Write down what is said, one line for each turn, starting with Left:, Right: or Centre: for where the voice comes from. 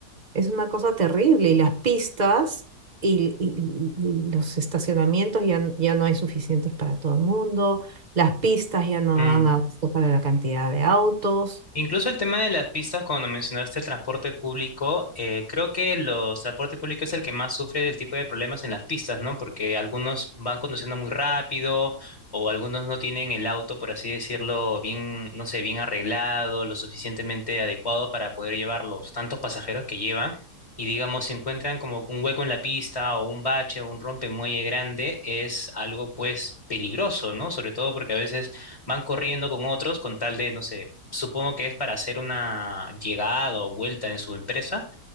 Right: es una cosa terrible y las pistas y, y- y los estacionamientos ya, n- ya no hay suficientes para todo el mundo, las pistas ya no
Left: Mm.
Right: dan abasto para la cantidad de autos.
Left: Incluso el tema de las pistas, cuando mencionaste el transporte público, eh, creo que los transporte público es el que más sufre del tipo de problemas en las pistas, ¿no? Porque algunos van conduciendo muy rápido o algunos no tienen el auto, por así decirlo, bien, no sé, bien arreglado, lo suficientemente adecuado para poder llevar los tantos pasajeros que llevan. Y digamos, si encuentran como un hueco en la pista o un bache o un rompemuelle grande, es algo pues peligroso, ¿no? Sobre todo porque a veces van corriendo con otros con tal de, no sé supongo que es para hacer una llegada o vuelta en su empresa